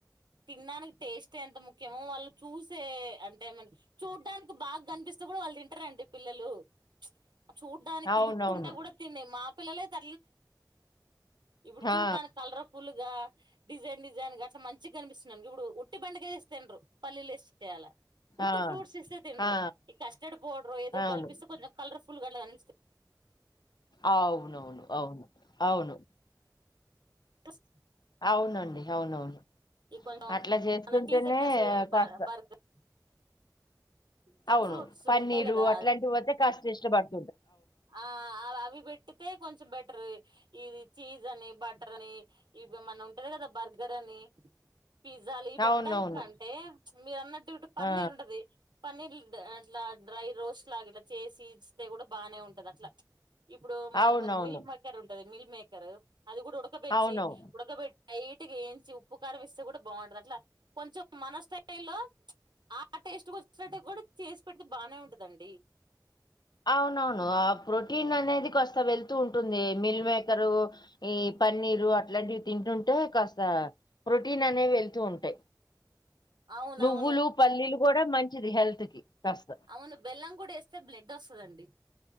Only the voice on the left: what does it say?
అవునవును
ఆ
ఆ
ఆ
అవును
అవునవును అవును అవును.
అవునండి అవునవును
అట్ల చేసుకుంటేనే
కాస్త
అవును
పన్నీరు
అట్లాంటివి అయితే కాస్త ఇష్టపడ్
అవునవును.
ఆ!
అవునవును.
అవునవును.
అవునవును ఆ ప్రోటీన్ అనేది కాస్త వెళ్తూ ఉంటుంది. మిల్ మేకరు ఈ పన్నీరు అట్లాంటివి తింటుంటే కాస్త ప్రోటీన్ అనేవి వెళ్తూ ఉంటాయి.
నువ్వులు, పల్లీలు గూడా మంచిది హెల్త్‌కి కాస్త.